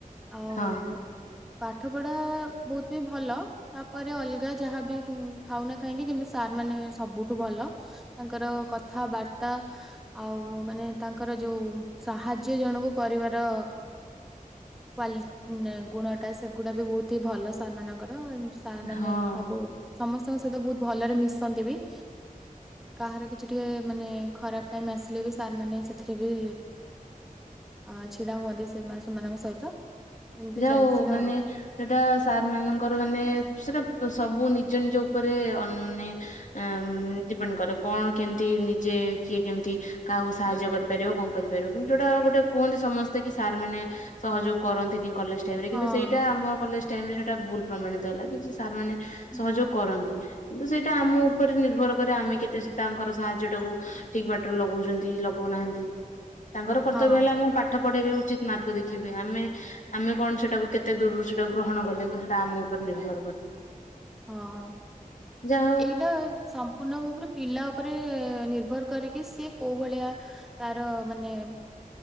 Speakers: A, in the centre; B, on the left (about 60°).
A: ଆଉ
B: ହଁ।
A: ପାଠ ପଢା ବୋହୁତ ବି ଭଲ। ତାପରେ ଅଲଗା ଯାହାବି ଥାଉନା କାହିଁକି କିନ୍ତୁ ସାର୍ ମାନେ ସବୁଠୁ ଭଲ। ତାଙ୍କର କଥାବାର୍ତ୍ତା ଆଉ ମାନେ ତାଙ୍କର ଯୋଉ ସାହାଯ୍ୟ ଜଣକୁ କରିବାର କ୍ୱାଲି ଗୁଣଟା ସେଗୁଡ଼ା ବି ବୋହୁତ ହିଁ ଭଲ ସାରମାନଙ୍କର। ସାର୍ ମାନେ
B: ହଁ।
A: ସବୁ ସମସ୍ତଙ୍କ ସହିତ ବୋହୁତ ଭଲରେ ମିଶନ୍ତି ବି। କାହାର କିଛି ଟିକେ ମାନେ ଖରାପ ଟାଇମ୍ ଆସିଲେ ବି ସାର୍ମାନେେ ସେଥିରେ ବି ଅ ଛିଡା ହୁଅନ୍ତି ସେମାନେ ସେମାନଙ୍କ ସହିତ। ଏମିତି
B: ଯାଉ
A: ଚାଲିଥିଲା
B: ହୋଉ ମାନେ ସେଟା ସାର୍ ମାନଙ୍କର ମାନେ ସେଟା ସବୁ ନିଜ ନିଜ ଉପରେ ଅନ ମାନେ ଆଁ ଡିପେଣ୍ଡ କରେ କଣ କେମିତି ନିଜେ କିଏ କେମିତି? କାହାକୁ ସାହାଯ୍ୟ କରିପାରିବ କଣ କରିପାରିବ କିନ୍ତୁ ଯୋଉଟା ଗୋଟେ କୁହନ୍ତି ସମସ୍ତେ କି ସାର୍ ମାନେ ସହଯୋଗ। କରନ୍ତିନି କଲେଜ ଟାଇମ ରେ କିନ୍ତୁ
A: ଆଉ
B: ସେଇଟା ଆମ କଲେଜ ଟାଇମ ରେ ସେଇଟା ଭୁଲ ପ୍ରମାଣିତ ହେଲା କି ସାର୍ ମାନେ
A: ହଁ
B: ସହଯୋଗ କରନ୍ତି କିନ୍ତୁ ସେଇଟା ଆମ ଉପରେ ନିର୍ଭର କରେ ଆମେ କେତେ ତାଙ୍କର ସାହାଯ୍ୟ ଟାକୁ ଠିକ୍ ବାଟରେ ଲଗଉଚନ୍ତି ଲଗଉନାହାନ୍ତି। ତାଙ୍କର କର୍ତ୍ତବ୍ୟ
A: ହଁ
B: ହେଲା ମୁଁ ପାଠ ପଢେଇବେ ଉଚିତ ମାର୍ଗ ଦେଖିବେ ଆମେ ଆମେ କଣ ସେଟାକୁ କେତେ ଦୂରରୁ ସେଟା ଗ୍ରହଣ କଲେ ସେଟା ଆମ ଉପରେ ନିର୍ଭର କରେ।
A: ହଁ
B: ଯାହା
A: ଏଇଟା ସମ୍ ପୂର୍ଣ୍ଣ ଭାବରେ ପିଲା ଉପରେ ନିର୍ଭର କରିକି ସିଏ କୋଉ ଭଳିଆ ତାର ମାନେ